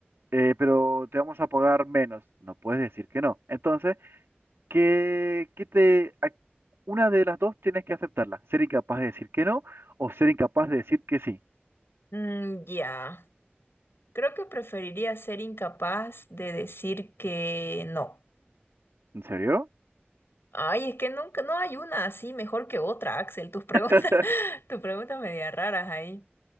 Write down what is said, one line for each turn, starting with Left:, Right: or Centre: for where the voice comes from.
Right: eh, pero te vamos a pagar menos. No puedes decir que no. Entonces, ¿qué, qué te, a- una de las dos tienes que aceptarla, ser incapaz de decir que no o ser incapaz de decir que sí.
Left: Mm, ya, Creo que preferiría ser incapaz de decir que no.
Right: ¿En serio?
Left: Ay, es que nunca, no hay una así mejor que otra, Axel. Tus preguntas,
Right: <laughs>
Left: <laughs> tus preguntas media raras ahí.